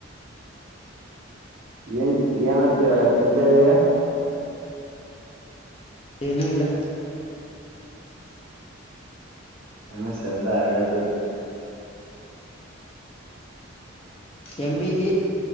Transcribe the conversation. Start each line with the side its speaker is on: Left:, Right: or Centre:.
Right: ಏನ್ ಏನಂತ ತಿಂತಾ ಇದೀಯಾ.
Left: ಏನೂ ಇಲ್ಲ.
Right: ಏನೋ ಶಬ್ದ ಆಗಾತೈತ.
Left: ಎಮ್ಮಿಗಿ